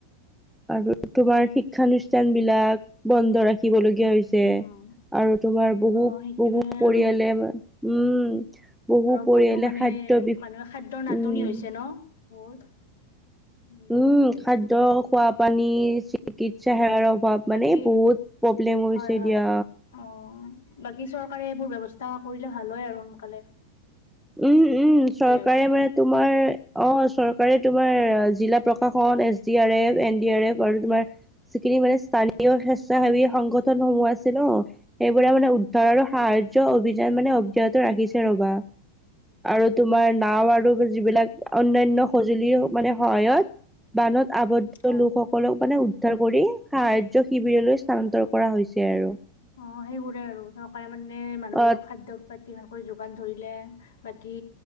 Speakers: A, in the centre; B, on the left.
A: আৰু তোমাৰ শিক্ষানুষ্ঠান বিলাক বন্ধ ৰাখি শিকিবলগীয়া হৈছে
B: উম
A: আৰু তোমাৰ বহু
B: অ সেইটোয়ে
A: বহু পৰিয়ালে
B: আৰু
A: উম বহু
B: আৰু
A: পৰিয়ালে
B: বহুতো মানে
A: খাদ্য বি
B: মানুহে খাদ্্যৰ নাটনি
A: উম
B: হৈছে ন বহুত বহুত
A: উম,
B: দুখ লাগে
A: খাদ্য
B: সেইবোৰ
A: খোৱা পানী চিকিৎসা
B: উম
A: সেৱাৰ অভাৱ
B: বাকী
A: মানে বহুত প্ৰব্লেম হৈছে
B: হয় - হয়
A: দিয়া।
B: অ, বাকী চৰকাৰে এইবোৰ ব্যৱস্থা কৰিলে ভাল হয় আৰু সোনকালে।
A: উম - উম
B: সেইটোয়ে
A: চৰকাৰে
B: আৰু
A: মানে তোমাৰ অ, চৰকাৰে তোমাৰ জিলা প্ৰ কাশনত সন S D R F, N D R F আৰু তোমাৰ যিখিনি মানে স্থানীয় স্বেচ্ছাসেৱী সংগঠন সমূহ আছে ন সেইবোৰে মানে ধৰো
B: হয়
A: সাহাৰ্য
B: হয়।
A: অভিযান মানে অব্যাহত ৰাখিছে ৰবা। আৰু তোমাৰ নাও আৰু যিবিলাক অন্যান্য সঁজুলি মানে সহায়ত বানত
B: উম
A: আৱদ্ধ
B: হয়
A: লোকসকলক মানে উদ্ধাৰ কৰি সাহায্য শিবিৰলৈ স্থানান্তৰ কৰা হৈছে আৰু।
B: অ, সেইবোৰে আৰু চৰকাৰে মানে মানুহবোৰক
A: অ
B: খাদ্য পাতি ইমানকৈ যোগান ধৰি বাকী